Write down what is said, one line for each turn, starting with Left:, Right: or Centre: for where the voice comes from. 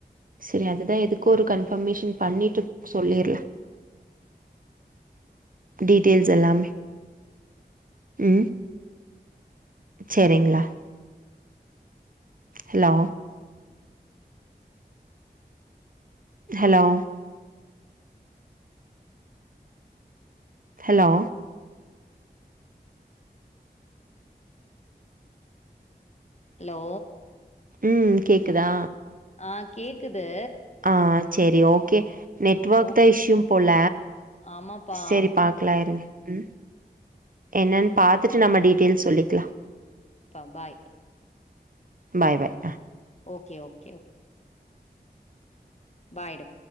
Right: சேரி அதுதா எதுக்கோ ஒரு கன்பர்மேஷன் பண்ணிட்டு சொல்லிடல டீட்டெயில்ஸ் எல்லாமே ம் செரிங்களா ஹலோ ஹலோ ஹலோ
Left: ஹலோ
Right: ம் கேக்குதா
Left: ஆ கேக்குது
Right: ஆ சேரி ஓகே நெட்வொர்க்
Left: ஓகே.
Right: தா இஷ்யூு போல
Left: ஆமாப்பா.
Right: சேரி பா ல்லாயிருங்க ம் என்னன்னு பாத்துட்டு நம்ம டீட்டெயில்ஸ் சொல்லிக்கலா
Left: பப்பாய்
Right: bye bye
Left: okay okay okay bye டா